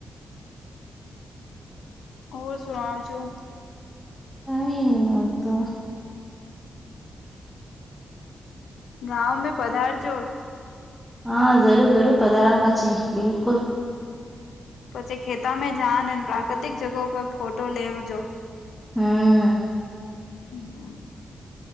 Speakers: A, on the left (about 85°); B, in the centre.
A: ઓર સુણવ જો.
B: <unintelligible>
A: ગાવમે પધારજો.
B: હા જરૂર જરૂર
A: હમ
B: <unintelligible> બિલકુલ
A: પછી ખેતામાં જાન પ્રાકૃતિક જગા પર ફોટો લેવજો
B: હમ
A: હમ.